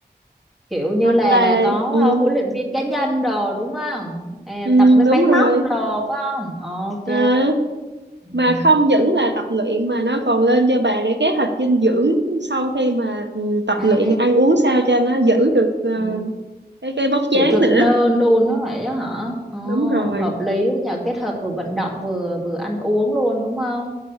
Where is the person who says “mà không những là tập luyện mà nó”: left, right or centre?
Right